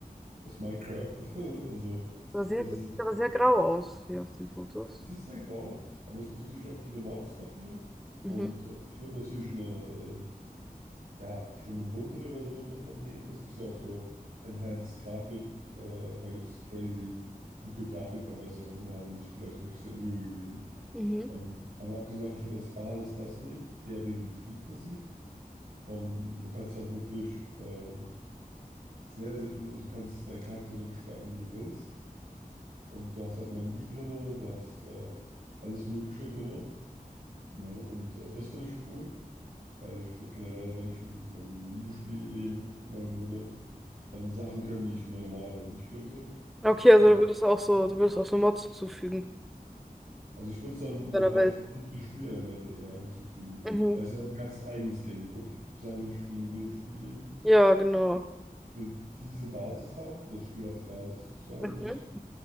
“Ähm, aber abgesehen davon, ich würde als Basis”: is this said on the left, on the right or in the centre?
Right